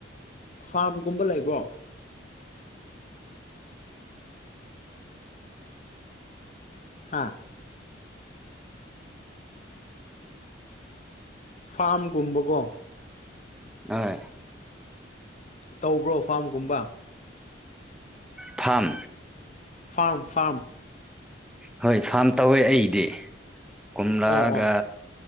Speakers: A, on the left; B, in the centre.
A: ꯐꯥꯝꯒꯨꯝꯕ ꯂꯩꯕ꯭ꯔꯣ ꯍꯥꯥ ꯐꯥꯝꯒꯨꯝꯕꯀꯣ
B: ꯍꯣꯏ
A: ꯇꯧꯕ꯭ꯔꯣ ꯐꯥꯝꯒꯨꯝꯕ
B: ꯐꯥꯝ
A: ꯐꯥꯝ ꯐꯥꯝ
B: ꯍꯣꯏ ꯐꯥꯝ ꯇꯧꯋꯦ ꯑꯩꯗꯤ ꯀꯣꯝꯂꯥꯒ
A: ꯑꯣ ꯑꯣ